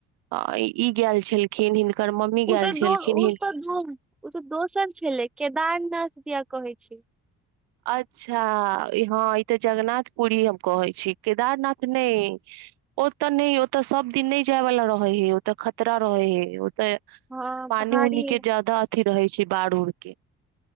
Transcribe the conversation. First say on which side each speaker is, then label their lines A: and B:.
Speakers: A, on the right (about 60°); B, in the centre.
A: अ - ई - ई गैल छलखिन हिनकर मम्मी
B: उ
A: गेल
B: तऽ
A: छलखिन
B: दो - उ तऽ दो - उ तऽ दोसर छले केदारनाथ दिया कहे छै
A: अच्छा हा ई तऽ जगनाथ पुरी हम कहै छी केदारनाथ नै ओतऽ नय ओतऽ सब दिन नय जाय वाला रहे हय ओतऽ खतरा रहे हय ओतऽ
B: हँ
A: पानि
B: पहाड़ी
A: उनी केँ जाददा अथि रहे छै बाढ़ उढ़ केँ